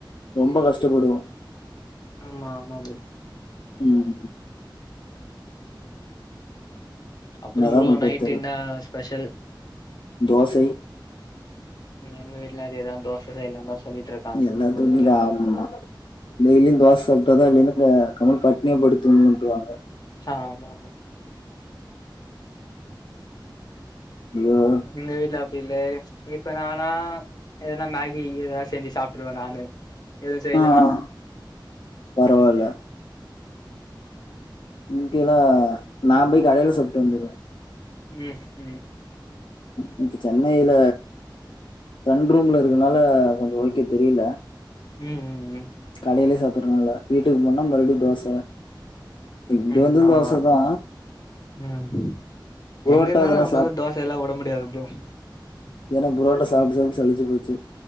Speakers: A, on the left (about 75°); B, on the left (about 50°).
A: ரொம்ப கஷ்டப்படுவோ
B: ஆமா ஆமா ப்ரோ
A: ம்
B: அப்பறம்
A: என்னதா
B: ப்ரோ
A: பண்றது
B: நைட்
A: தெர்ல
B: என்ன ஸ்பெஷல்
A: தோசை
B: எங்க வீட்டிலேயு அதேதா தோச‌ செய்லாந்தா சொல்லிட்டிரு
A: எல்லா துணியிலு ஆகுமா டெய்லியு தோச சாப்டா தா இல்லன்னு கம்முனு பட்டினியா படுத்து தூங்குன்வுட்ருவாங்க
B: ஆமா ஆமா
A: ஐயோ
B: எங்க வீட்ல அப்டி இல்ல இப்ப நானா எதனா மேகி இகி எதனா செஞ்சி சாப்ருவே நானு எதுவு செய்யலனா
A: ஆ ஆ பரவால்ல இங்கெல்லா நா போய் கடைல சப்புட்டு வந்துறுவே
B: ம் ம்
A: இங்குட்டு சென்னையில ஃப்ரெண்ட் ரூம்ல இருக்கனால கொஞ்சோ ஓகே தெரில
B: ம் ம் ம்
A: கடையிலே சாப்புட்றனால வீட்டுக்கு போனா மறுபடியு தோச இங்க
B: ம்
A: வந்து
B: ஆமா
A: தோச தா
B: ம்
A: புரோட்டா
B: எங்கருந்தாலு
A: அதெல்லா
B: நம்மதா
A: சாப்
B: தோச இதெல்லா உட முடியாது ப்ரோ
A: ஏன்னா புரோட்டா சாபுட்டு சாபுட்டு சலுச்சி போச்சி